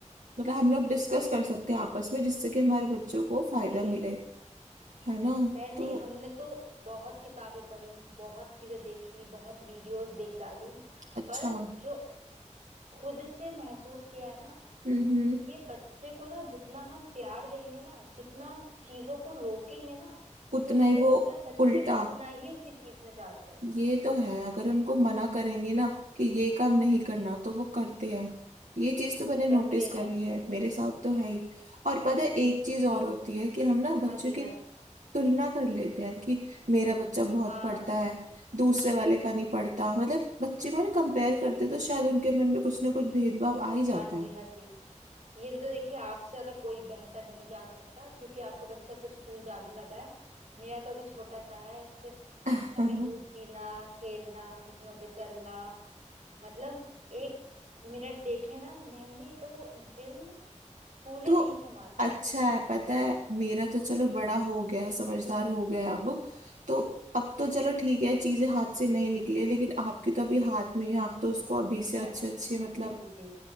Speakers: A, on the right; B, on the right.
A: मतलब हम लोग डिस्कस कर सकते हैं आपस में जिससे कि हमारे बच्चों को फायदा
B: जी
A: मिले
B: बहन जी
A: है ना
B: बहन
A: तो
B: जी हमने तो बहुत किताबें पढ़ी बहुत चीजें देखी बहुत वीडियोस देख डाली
A: अच्छा
B: पर
A: हम्म
B: जो खुद से महसूस किया है ना
A: हम्म
B: कि बच्चे को ना जितना हम प्यार देंगे ना जितना चीजों को रोकेंगे ना
A: उतना
B: तो मुझे
A: ही वो
B: लगता है बच्चे
A: उल्टा
B: उतना ही उसी चीज में जाते हैं
A: ये तो है अगर उनको मना करेंगे ना कि ये काम नहीं करना
B: जी
A: तो वो करते हैं ये चीज तो मैंने नोटिस
B: करते हैं
A: करी है मेरे साथ तो है ही और पता है एक चीज और
B: जी
A: होती है कि हम ना
B: हाँ
A: बच्चों
B: जी
A: की
B: हाँ जी
A: तुलना कर लेते हैं कि मेरा बच्चा बहुत
B: हाँ
A: पढ़ता है दूसरे वाले का नहीं पढ़ता मतलब बच्चे को ना कंपेयर करते हैं, तो शायद उनके मन में कुछ ना कुछ भेदभाव आ ही जाता
B: हाँ जी हाँ जी ये तो देखिए आपसे ज्यादा कोई बेहतर नहीं जान सकता क्योंकि आपका बच्चा तो स्कूल जाने लगा है मेरा तो अभी छोटा सा है सिर्फ
A: है
B: अभी दूध
A: <laughs>
B: पीना खेलना घुटनों पे चलना मतलब एक मिनट देखे ना बहन जी तो दिल फूले
A: तो
B: नहीं समाता
A: अच्छा है पता है मेरा तो चलो बड़ा हो गया समझदार हो गया अब तो अब तो चलो ठीक है चीजें हाथ से नहीं निकले लेकिन आपकी तो अभी हाथ में ही है, आप तो उसको अभी से
B: हाथ
A: अच्छे
B: में
A: अच्छे मतलब
B: जी जी